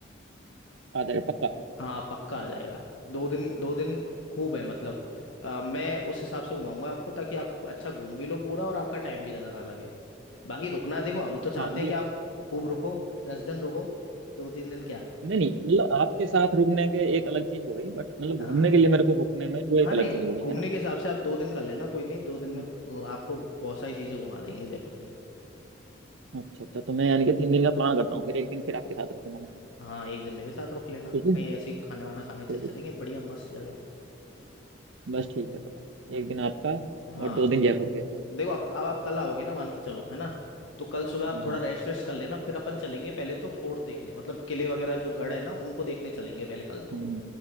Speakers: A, on the right; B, on the left.
A: आ जाएगा पक्का
B: हाँ पक्का आ जाएगा दो दिन दो दिन खूब है मतलब अ, मैं उस हिसाब से घुमाऊंगा आपको ताकि आप अच्छा घूम भी लो पूरा और आपका टाइम भी ज़्यादा ना लगे बाकी रुकना देखो हम तो चाहते
A: हाँ मतलब
B: हैं कि आप खूब रुको दस दिन रुको दो तीन दिन क्या
A: नहीं नहीं मतलब आपके साथ रुकने के एक अलग चीज हो गई बट मतलब
B: हाँ
A: घूमने के लिए मेरे को रुकने में वो एक
B: हाँ नहीं
A: अलग चीज हो गई
B: घूमने
A: है ना
B: के हिसाब से आप दो दिन कर लेना कोई नहीं दो दिन में
A: हम्म,
B: अ, आपको बहुत सारी चीज़ें घुमा देंगे जयपुर की
A: अच्छा अच्छा तो मैं यानी कि तीन दिन का प्लान करता हूँ फिर एक दिन फिर आपके साथ रुकूंगा मैं
B: हाँ एक दिन मेरे साथ रुक लेना
A: ठीक है
B: कहीं ऐसे ही खाने वाना खाने चल
A: चलिए,
B: चलेंगे बढ़िया मस्त जगह
A: बस ठीक है तो एक दिन आपका
B: है हाँ
A: और दो दिन जयपुर के
B: देखो अब अब आप कल आओगे ना मान के चलो है ना तो कल सुबह आप
A: हम्म
B: थोड़ा
A: हम्म,
B: रेस्ट वेस्ट कर लेना फिर अपन चलेंगे पहले तो फोर्ट देखने मतलब किले वगैरह जो गढ़ है ना उनको देखने चलेंगे पहले कल तो
A: हम्म, हम्म,